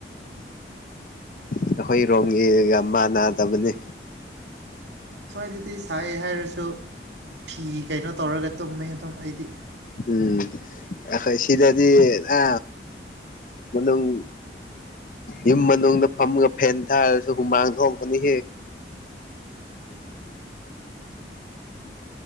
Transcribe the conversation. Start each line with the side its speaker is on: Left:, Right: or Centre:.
Left: ꯑꯩꯈꯣꯏꯔꯣꯝꯒꯤꯒ ꯃꯥꯟꯅꯗꯕꯅꯦ
Right: ꯁꯨꯋꯥꯏꯗꯗꯤ ꯁꯥꯏ ꯍꯥꯏꯔꯁꯨ ꯐꯤ ꯀꯩꯅꯣ ꯇꯧꯔꯒ ꯇꯨꯝꯃꯦ ꯑꯗꯨꯝ ꯑꯩꯗꯤ
Left: ꯎꯝ ꯑꯩꯈꯣꯏ ꯁꯤꯗꯗꯤ ꯑ ꯃꯅꯨꯡ ꯌꯨꯝ ꯃꯅꯨꯡꯗ ꯐꯝꯃꯒ ꯐꯦꯟ ꯊꯥꯔꯁꯨ ꯍꯨꯃꯥꯡ ꯊꯣꯛꯄꯅꯤ ꯍꯦ